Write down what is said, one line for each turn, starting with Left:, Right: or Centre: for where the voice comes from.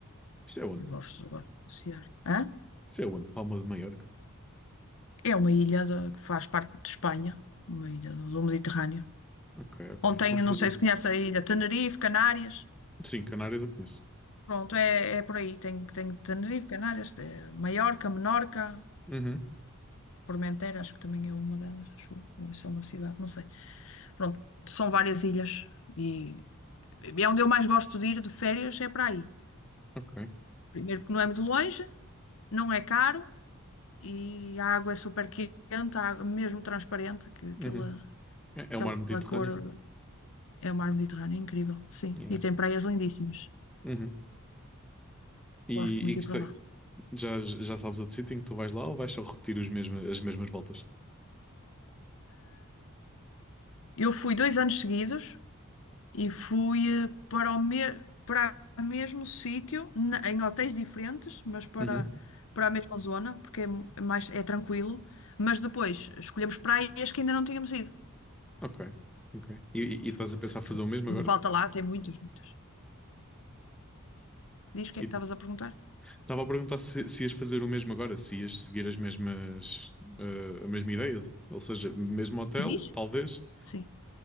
Centre: Isso é onde?
Left: Eu gosto, gosto de passear. Hã?
Centre: Isso é onde? Palma de Maiorca.
Left: É uma ilha de- que faz parte de Espanha, uma ilha do do Mediterrâneo.
Centre: Ok, ok.
Left: Ontem,
Centre: Não sabia.
Left: não sei se conhece a ilha, Tenerife, Canárias.
Centre: Sim, Canárias eu conheço.
Left: Pronto, é, é por aí. Tem, tem Tenerife, Canárias, eh, Maiorca, Menorca,
Centre: Uhum,
Left: Formentera, acho que também é uma delas, acho eu. Ou isso é uma cidade, não sei. Pronto, são várias ilhas. E e é onde eu mais gosto de ir de férias, é para aí.
Centre: ok.
Left: Primeiro porque não é muito longe, não é caro e a água é super quente, a água mesmo transparente, que aquela,
Centre: Uhum. É,
Left: aquela
Centre: é o mar Mediterrâneo.
Left: cor é o mar Mediterrâneo, é incrível, sim.
Centre: Yeah.
Left: E tem praias lindíssimas.
Centre: Uhum. E,
Left: Gosto muito
Centre: e gostei-
Left: de ir para lá.
Centre: Já, já sabes outro sítio em que tu vais lá ou vais só repetir os mesma- as mesmas voltas?
Left: Eu fui dois anos seguidos e fui eh, para o me para o mesmo sítio, na- em hotéis diferentes, mas para,
Centre: Uhum.
Left: para a mesma zona, porque é m- é mais é tranquilo. Mas depois escolhemos praias que ainda não tínhamos ido,
Centre: Ok, ok. E, e- e estás
Left: porque
Centre: a pensar
Left: aquilo
Centre: fazer o mesmo
Left: que
Centre: agora?
Left: não falta lá, tem muitas, muitas. Diz o que
Centre: E
Left: é que estavas a perguntar?
Centre: estava a perguntar se,
Left: Sim.
Centre: se ias fazer o mesmo agora, se ias seguir as mesmas, eh, a mesma ideia, ou seja, mesmo hotel,
Left: Diz?
Centre: talvez,
Left: Sim.